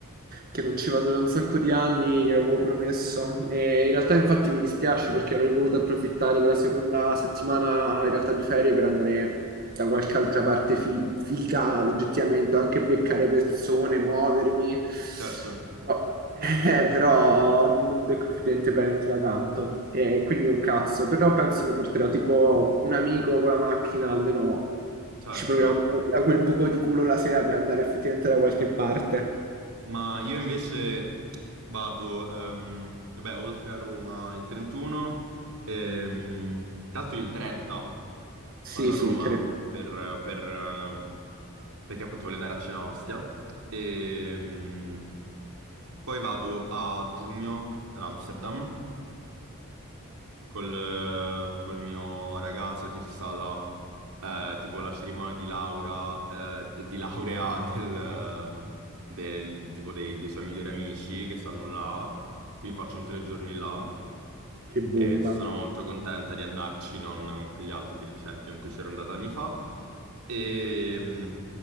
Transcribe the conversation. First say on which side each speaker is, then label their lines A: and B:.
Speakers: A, on the right; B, on the right.
A: che non ci vado da un sacco di anni, gliel'avevo promesso. E in realtà, infatti, mi dispiace perché avrei voluto approfittare della seconda settimana, in realtà, di ferie per andare da qualche altra parte fi- figa, oggettivamente, anche beccare persone, muovermi.
B: Certo,
A: Però, <laughs> eh, però non becco effettivamente parenti da tanto, e quindi un cazzo. Però penso mi porterò tipo un amico con la macchina, almeno
B: certo.
A: ci proviamo da quel buco di culo la sera per andare effettivamente da qualche parte.
B: Ma io invece vado, ehm, vabbè, oltre a Roma il 31, ehm, tanto il 30
A: Sì,
B: vado a
A: sì,
B: Roma
A: tre.
B: per, per, eh, perché appunto voglio andare a cena a Ostia. E, poi vado a giugno ad Amsterdam col, col mio ragazzo che ci sta là, eh, tipo la cerimonia di laura, eh, di laurea del, mm, del- tipo dei, dei suoi migliori amici che stanno là, quindi faccio un tre giorni là
A: Che bomba.
B: e sono molto contenta di andarci, non con quegli altri deficienti con cui c'ero andata anni fa. E, mm,